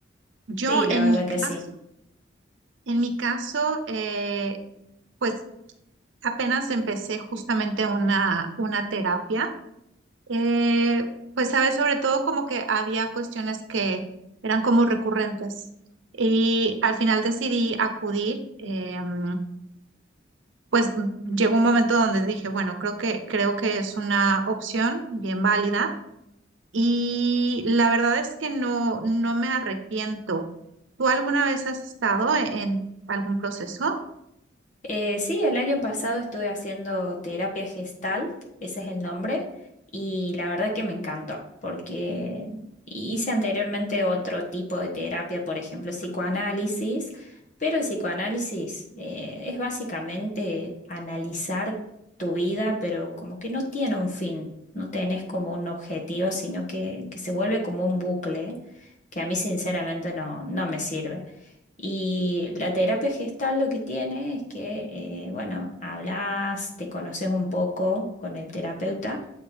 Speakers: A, on the right; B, on the left.
A: yo
B: Sí, la
A: en
B: verdad
A: mi
B: que
A: caso,
B: sí.
A: en mi caso, eh, pues apenas empecé justamente una, una terapia. eh, pues sabes, sobre todo como que había cuestiones que eran como recurrentes y al final decidí acudir. Em, pues mm, llegó un momento donde dije, bueno, creo que, creo que es una opción bien válida y la verdad es que no, no me arrepiento. ¿Tú alguna vez has estado e- en algún proceso?
B: Eh, sí, el año pasado estuve haciendo terapia Gestalt, ese es el nombre, y la verdad que me encantó, porque hice anteriormente otro tipo de terapia, por ejemplo, psicoanálisis, pero el psicoanálisis eh, es básicamente analizar tu vida, pero como que no tiene un fin, no tenés como un objetivo, sino que, que se vuelve como un bucle que a mí sinceramente no, no me sirve. Y la terapia gestal lo que tiene es que, eh, bueno, hablas, te conoces un poco con el terapeuta